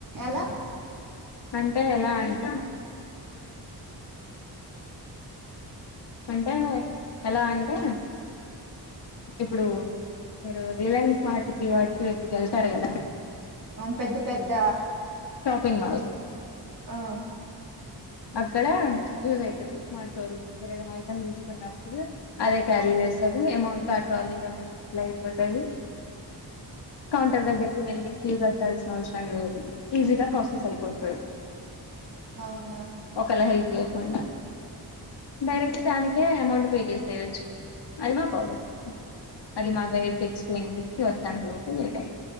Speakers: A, on the right (about 55°); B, on the left (about 80°).
A: ఎలా
B: అంటే ఎలా అండి అంటే ఎలా అంటే ఇప్పుడు మీరు రిలయన్స్ వాటికి వాటికి వెళ్తారు కదా
A: అ పెద్ద పెద్ద
B: మా
A: ఆ
B: అక్కడ యూస్ అవుతుంది స్మార్ట్ ఫోన్ వేర ఏదైనా ఐటమ్ తీసుకున్నడు అదే క్యారీ చేస్తుది అమౌంట్ ట్రాలీలోనే డిస్ప్లే అయిపోతుంది కౌంటర్ దగ్గరకి వెళ్ళి క్యూ కట్టాల్సిన అవసరం లేదు ఈజీగా ప్రాసెస్ అయిపోతుంది
A: అవునా
B: ఒకళ హెల్ప్ లేకుండా డైరెక్ట్ దానిే అమౌంట్ పే చేస్తా చ్చు అది మా పర్వెక్ట్ అది మా గైడ్కి ఎక్స్ప్లన్ వచ్చంతలోపు నీతోనే